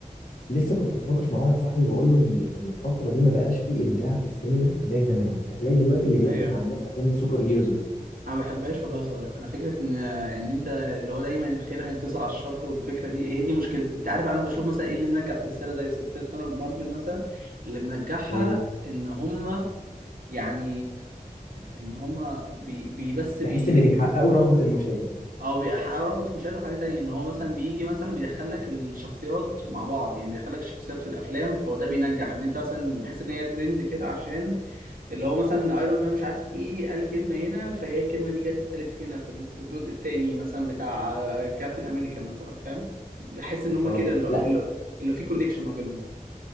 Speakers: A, on the left; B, on the right.
A: لسه كنت بتناقش مع واحد صاحبي بقول له ان ان الفتره دي ما بقاش فيه ابداع في السينما زي زمان هتلاقي دلوقتي اللي بياكل
B: ايوه
A: مع الناس افلام السوبر هيروز بس
B: انا ما بحبهاش والله يا صابر انا فكره ان ان انت اللي هو دايما الخير هينتصر على الشر والفكره دي هي دي مشكلتي انت عارف انا بشوف مثلا ايه اللي منجح سلسله زي سلسله مار- مارفل مثلا اللي منجحها
A: ايه
B: ان هما يعني ان هما بي, بي بس بي
A: تحس ان بيحققوا رغبه المشاهد
B: او بيحققوا رغبه المشاهد وحاجه تانية ان هو مثلا بيجي مثلا بيدخل لك الشخصيات مع بعض يعني بيدخل لك الشخصيات في الافلام فهو ده بينجح ان انت مثلا بحس ان هي ترند كده عشان اللي هو مثلا ايرون مان مش عارف ايه قال كلمه هنا فهي الكلمه دي جت اتقالت هنا في ال- في الجزء التاني مثلا بتاع آه، كابتن امريكا مثلا فاهم بحس ان هما
A: اه
B: كده اللي
A: لا
B: اللي اللي في كونكشن ما بينهم